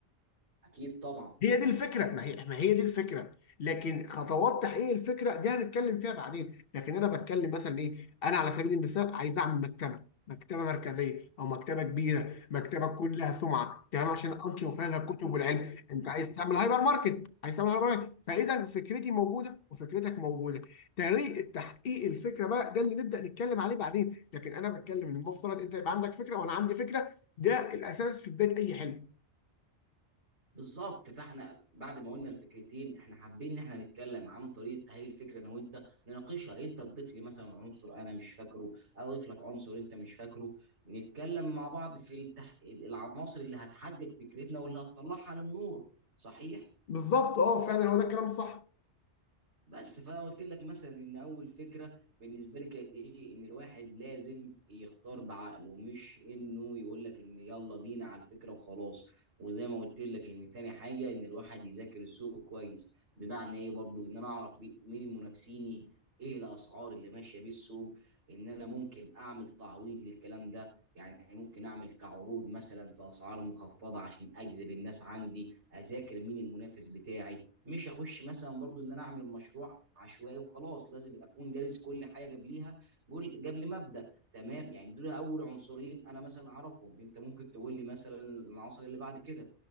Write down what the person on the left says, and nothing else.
هي دي الفكره ما هي ما هي دي الفكره لكن خطوات تحقيق الفكره دي هنتكلم فيها بعدين لكن انا بتكلم مثلا ايه انا على سبيل المثال عايز اعمل مكتبه مكتبه مركزيه او مكتبه كبيره مكتبه تكون لها سمعه تمام عشان انشر فيها الكتب والعلم انت عايز تعمل هايبر ماركت عايز تعمل هايبر ماركت فاذا فكرتي موجوده وفكرتك موجوده طريقه تحقيق الفكره بقى ده اللي نبدا نتكلم عليه بعدين لكن انا بتكلم ان المفترض انت يبقى عندك فكره وانا عندي فكره ده الاساس في بدايه اي حلم
بالظبط اه فعلا هو ده الكلام الصح